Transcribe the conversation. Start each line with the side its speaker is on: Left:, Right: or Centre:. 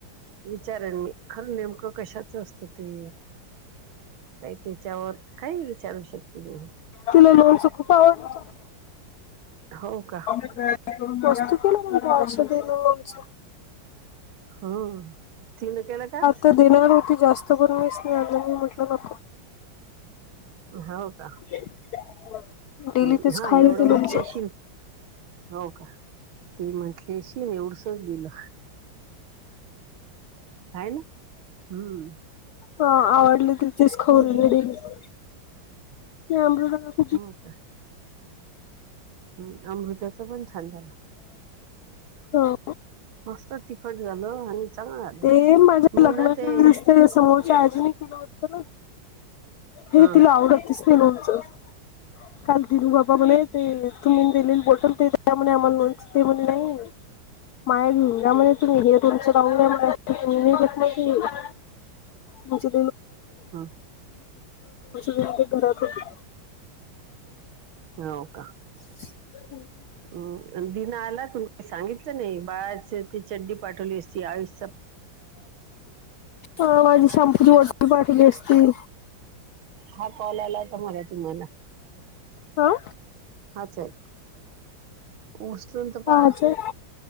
Right: विचारेन मी, खरं नेमकं कशाच असतं ते? काही त्याच्यावर काही विचारू शकते <unintelligible>
Left: तीला लोनच खूप आवडत.
Right: हो का
Left: <unintelligible>
Right: हं तीन केल का?
Left: त देणार होती जास्त करून, पण मीच नाही आणल मी म्हटलं नको.
Right: हाव का.
Left: <unintelligible>
Right: हं
Left: तेच
Right: हा
Left: खायला
Right: एवढं
Left: ते लोणचं.
Right: म्हटली अशीन. हो का ती म्हंटली अशीन एवडसच दिलं. हाय ना हूं!
Left: हा आवडली तिची <unintelligible>
Right: तिला
Left: मी अमृताला
Right: हो का हूं अमृता च पण छान झालं,
Left: हो
Right: मस्त तिखट झालं आणि हा ना,
Left: ते माझ्या
Right: मी
Left: लग्नाच्या
Right: ना ते
Left: वेळेस ते समोरच्या आजीने केल होत ना, हे
Right: हा
Left: तिला आवडल. तिसनी लोणचं. काल दिनू बाबा म्हणे, ते तुम्हीन दिलेल बॉटल ते द्या म्हणे आम्हाला लोणचं, ते म्हणे नाही. माहय घीऊन जा म्हणे तुम्ही हे तुमचं राहुंद्या. <unintelligible> <unintelligible> लोणचं
Right: हं,
Left: बिन ते घरात होते.
Right: हो का!
Left: <inaudible>
Right: अ दिनं आला तुम्ही सांगितलं नाही बाळाच ती चड्डी पाठवली असती आयुष
Left: ह माझी शाम्पूची बॉटल पाठवली असती.
Right: हा कॉल आला होता म्हणे तुम्हालां?
Left: हा!
Right: हाच आहे, उचलून त
Left: काहाचे
Right: पाहा.